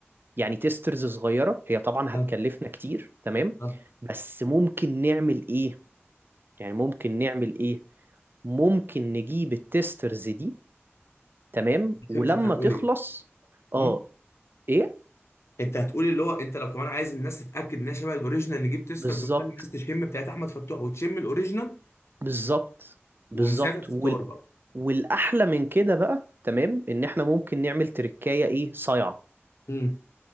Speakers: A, on the right (about 50°); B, on the left (about 75°).
A: يعني تيسترز صغيرة هي طبعا
B: آه،
A: هتكلفنا كتير تمام
B: آه.
A: بس ممكن نعمل ايه يعني ممكن نعمل ايه ممكن نجيب التيسترز دي تمام ولما
B: فهمت انت هتقول
A: تخلص
B: ايه
A: اه
B: م?
A: ايه
B: انت هتقول اللي هو انت لو كمان عايز الناس تتاكد انها شبه الاوريجينال نجيب تيسترز
A: بالظبط
B: نخلي الناس تشم بتاعت احمد فتوح وتشم الاوريجينال
A: بالظبط بالظبط
B: ومن ساعتها تختار
A: وال...
B: بقى
A: والاحلى من كده بقى تمام ان احنا ممكن نعمل تركاية ايه صايعة
B: امم